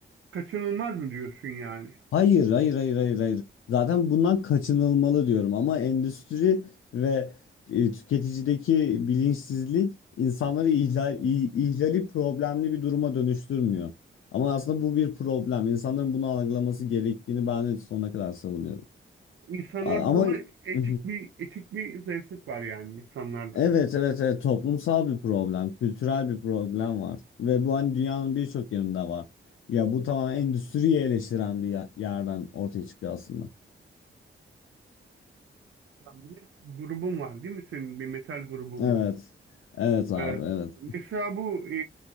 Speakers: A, on the right; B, on the left.
A: kaçınılmaz mı diyorsun yani?
B: Hayır, hayır, hayır, hayır, hayır. Zaten bundan kaçınılmalı diyorum ama endüstri ve e, tüketicideki bilinçsizlik insanları ihla- i- ihlali problemli bir duruma dönüştürmüyor. Ama aslında bu bir problem. İnsanların bunu algılaması gerektiğini ben de sonuna kadar savunuyorum.
A: İnsanlarda
B: A- Ama
A: o zaman
B: <laughs>
A: etik bir etik bir zayıflık var yani insanlarda.
B: evet, evet, evet toplumsal bir problem, kültürel bir problem var ve bu hani dünyanın birçok yerinde var. Ya bu tamamen endüstriyi eleştiren bir yer- yerden ortaya çıkıyor aslında.
A: Yani bir de grubun var değil mi? Senin bir metal grubun
B: Evet.
A: var.
B: Evet abi
A: Ee,
B: evet.
A: Mesela bu e,